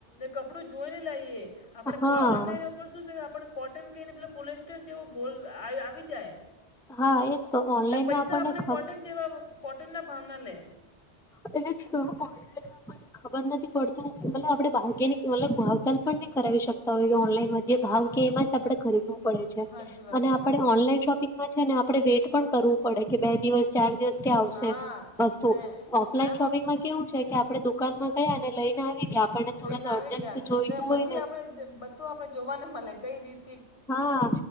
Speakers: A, on the left; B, in the centre.
A: કપડું જોઈને લઈએ આપણે
B: હા
A: ઓનલાઈન, શું છે, આપણે કોટન કહીને પે પોલસ્ટર જેવો ભોલ આવી જાય.
B: હા એજ તો ઓનલાઈનમાં
A: ને પૈસા
B: આપણને
A: આપણે
B: ખબર
A: કોટન જેવા કોટન ના ભાવના લે,
B: એજ તો ઓ, ખબર નથી પડતું મતલબ આપડે બારગેનિંગ મતલબ ભાવતાલ પણ નહી કરાવી શકતા, હોય કે ઓનલાઈન માં. એ ભાવ કે એમાં જ આપણે ખરીદું,
A: સાચી વાત
B: આપણે
A: હે
B: ઓનલાઈન શોપિંગમાં છે, ને આપણે વેઇટ પણ કરવું પડે કે બે દિવસ. ચાર દિવસ ત્યાં આવશે
A: હા
B: વસ્તુ
A: ને
B: ઓફલાઈન
A: આમ
B: શોપિંગમાં
A: આમ દુ-
B: કેવું છે, કે આપડે તો. દુકાનમાં ગયા ને લઈને આવી,
A: લઈને
B: તુરંત
A: આવી
B: અર્જન્ટ
A: ગયા
B: જોઈતું
A: ને બધી
B: હોય
A: આપણે બધું આપણે જોવાને મળે કઈ રીત.
B: હા